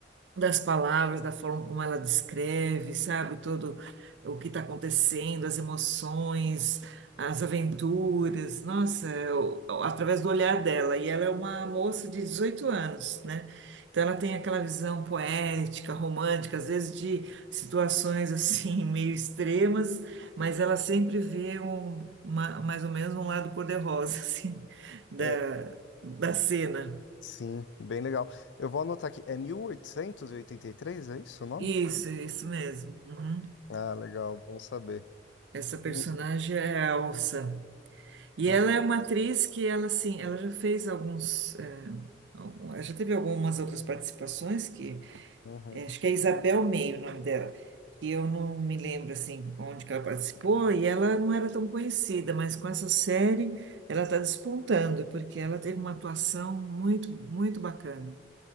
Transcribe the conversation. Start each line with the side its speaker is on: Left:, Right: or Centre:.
Right: das palavras, da forma como ela descreve, sabe, todo o que está acontecendo, as emoções, as aventuras, nossa, eu- através do olhar dela. E ela é uma moça de 18 anos, né? Então ela tem aquela visão poética, romântica, às vezes de situações assim <laughs> meio extremas, mas ela sempre vê um, uma- mais ou menos um lado cor-de-rosa <laughs> assim da,
Left: É,
Right: da cena.
Left: sim, bem legal. Eu vou anotar aqui. É mil oitocentos e e oitenta e três é isso o nome?
Right: Isso, isso mesmo. Uhum.
Left: Ah, legal, bom saber.
Right: Essa
Left: Eu
Right: personagem
Left: tenho-
Right: é a Elsa. E
Left: Ah,
Right: ela é uma atriz que ela assim, ela já fez alguns, eh, algum- ela já teve algumas outras participações que
Left: uhum.
Right: eh, acho que é Isabel Meio o nome dela, que eu não me lembro assim onde que ela participou e ela não era tão conhecida, mas com essa série ela está despontando porque ela teve uma atuação muito muito bacana.